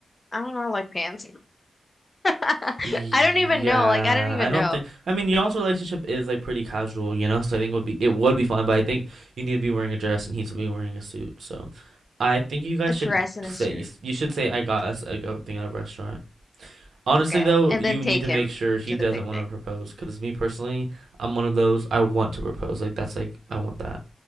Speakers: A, on the left (about 25°); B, on the right (about 80°).
A: I don't know, like pants. <laughs>
B: Yeah,
A: I don't even know. Like, I don't even
B: I don't
A: know.
B: think. I mean, y'all's relationship is like pretty casual, you know. So I think it would be it would be fine, but I think you need to be wearing a dress and he to be wearing a suit. So I think you guys
A: A dress
B: should
A: and
B: say
A: a suit.
B: you, s- you should say I got us a go thing at a restaurant. Honestly,
A: Okay.
B: though,
A: And
B: you
A: then take
B: need to
A: him
B: make sure he
A: to
B: doesn't
A: the picnic.
B: want to propose. Because me personally, I'm one of those I want to propose. Like that's like I want that.